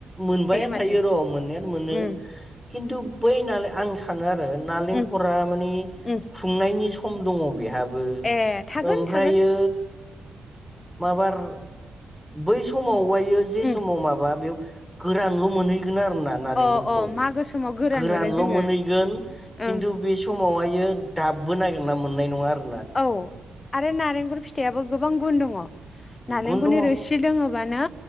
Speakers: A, in the centre; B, on the left.
A: मोनबायानो
B: माथो
A: थायो र' मोननायानो मोनो
B: उम
A: खिन्थु बै नाला आं सानो आरो नालेंखरा
B: उम
A: मानि
B: उम
A: खुंनायनि सम दङ बेहा बो
B: ए थागोन
A: ओमफ्रायो
B: थागोन
A: माबार बै सोमाव हाय यो जि
B: उम
A: समाव माबा बेयाव गोरानल' मोनै आरोना नारेंखलखौ
B: अ अ मागो समाव गोरान
A: गोरानल'
B: मोनो जोङो
A: मोनैगोन खिथु
B: ओं
A: बे समावहायो दाबबो ना <unintelligible> मोननाय नङा आरो
B: औ आरो नारें खर फिथायाबो गोबां गुन दङ। नालेंखुरनि
A: गुन दङ
B: रोसि लोङो मानो